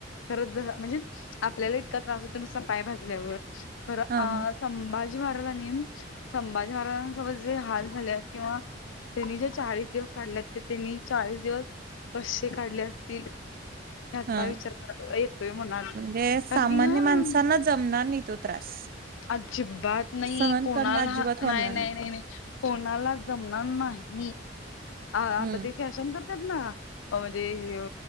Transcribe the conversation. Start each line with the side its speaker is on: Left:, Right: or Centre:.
Left: खरंच ज म्हणजे आपल्याला इतका त्रास होतो नुसता पाय भाजल्यावर खरं
Right: हा
Left: आं
Right: हा
Left: संभाजी महाराजांनी संभाजी महाराजांसोबत जे हाल झाले आहेत किंवा त्यांनी जे चाळीस दिवस काढले ते त्यांनी चाळीस दिवस कशे काढले असतील हे आता
Right: हा
Left: विचार करा येतोय मुनार
Right: म्हणजे सामान्य
Left: तरनीया
Right: माणसांना
Left: हां
Right: जमणार नाही तोत त्रास
Left: अजिबात नाही
Right: सहन
Left: कोणाला
Right: करणं अजिबात
Left: हा
Right: होणार
Left: नाय नाय
Right: नाही
Left: नाय नाय कोणाला जमणार नाही. आ हा आता
Right: हम्म
Left: ते फॅशन करत्यात ना म्हणजे ह्यो